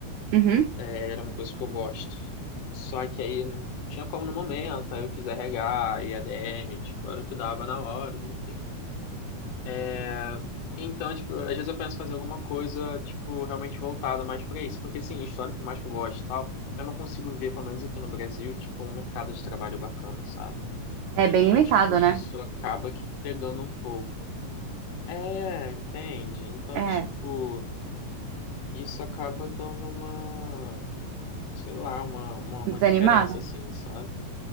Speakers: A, on the right; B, on the left.
A: Uhum.
B: É, era uma coisa que eu gosto. Só que aí não tinha como no momento, aí eu fiz RH e ADM, tipo, era o que dava na hora, enfim. É, então, tipo, às vezes eu penso em fazer alguma coisa, tipo, realmente voltada mais pra isso. Porque, sim, história, por mais que eu goste e tal, eu não consigo ver, pelo menos aqui no Brasil, tipo, um mercado de trabalho bacana, sabe?
A: É
B: Então,
A: bem limitado,
B: tipo, isso
A: né?
B: acaba que pegando um pouco. É, entende? Então,
A: É,
B: tipo, isso acaba dando uma, sei lá, uma, uma, uma
A: desanimado.
B: diferença, assim, sabe?